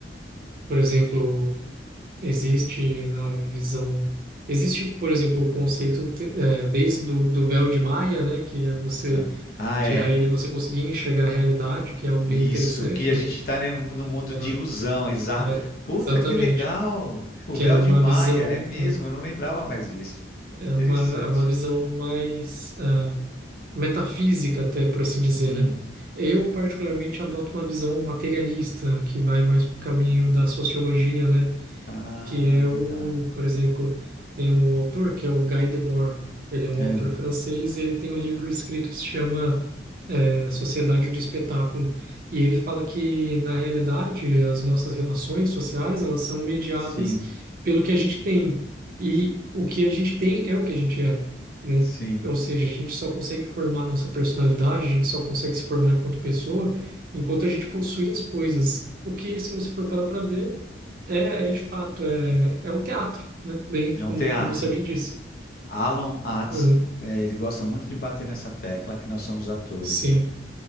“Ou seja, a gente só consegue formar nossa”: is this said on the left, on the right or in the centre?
Right